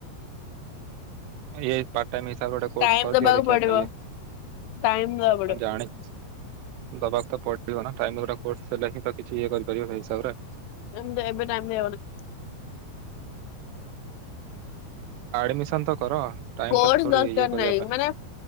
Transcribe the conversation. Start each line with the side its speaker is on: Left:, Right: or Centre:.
Right: ଏଇ ପାର୍ଟ ଟାଇମ ହିସାବରେ ଗୋଟେ କୋର୍ସ
Left: ଟାଇମ
Right: କରଦିଅ
Left: ଦବାକୁ
Right: ଦେଖିବା
Left: ପଡିବ।
Right: ପା ଇଏ।
Left: ଟାଇମ ଦବାକୁ ପଡିବ
Right: ଆଉ ଜାଣି ଦବାକୁ ତ ପଡି ବ ନା ଟାଇମ ରେ ଗୋଟା କୋର୍ସ ସରିଲେ ହିଁ ତ କିଛି ଇଏ କରିପାରିବ ସେଇ ହିସାବରେ।
Left: ଏମତି ଏବେ ଟାଇମ ଦେଇ ହବନି।
Right: ଆଡମିସନ ତ କର। ଟାଇମ
Left: କୋର୍ସ
Right: ତ ଥୋଡି
Left: ଦରକାର
Right: ଇଏ କରିବା
Left: ନାହିଁ ମାନେ